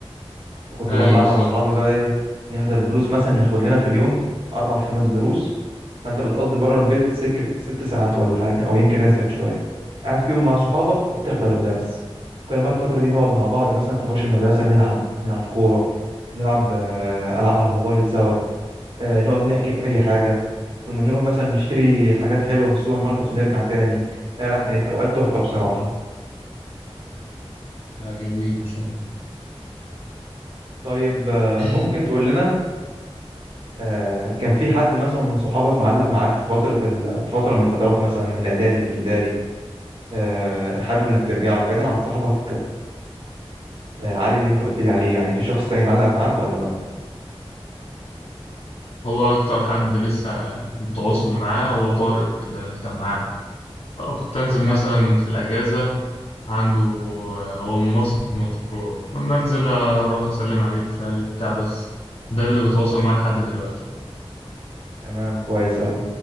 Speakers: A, on the right; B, on the left.
A: فكنت
B: أيوه
A: بطلع
B: بالظبط
A: انا واصحابي بقى ايه نحضر الدروس مثلا ناخد لنا في اليوم اربع خمس دروس فانت بتقضي بره البيت سكه ست ساعات ولا حاجه او يمكن ازيد شويه قاعد فيهم مع صحابك وبتحضر الدرس كنا بقى الفتره دي نقعد مع بعض مثلا في حوش المدرسه نلعب نلعب كوره نلعب آه، العاب على الموبايل سوا آه، نقعد نحكي في اي حاجه كنا نروح مثلا نشتري حاجات حلوه من السوبر ماركت ونرجع تاني لا لا كانت اوقات تحفه بصراحه
B: مم. لا جميل ما شاء الله
A: طيب آه،
B: <laughs>
A: ممكن تقول لنا آه، كان في حد مثلا من صحابك معلق معاك في فترة ال... في فترة من الفترات مثلا الإعدادي الابتدائي آه، حابب إنك ترجع له بعيدا عن صاحبك آه، علي اللي أنت قلت لي عليه يعني في شخص تاني معلق معاك ولا لأ؟
B: هو أكتر حد لسه بتواصل معاه هو طارق ده اللي كان معانا آه، كنت أنزل مثلا
A: علي.
B: في الأجازة عنده آه، هو من مرسى مطروح أما أنزل أروح أسلم عليك شاي وبتاع بس ده اللي بتواصل معاه لحد دلوقتي
A: تمام كويس أوي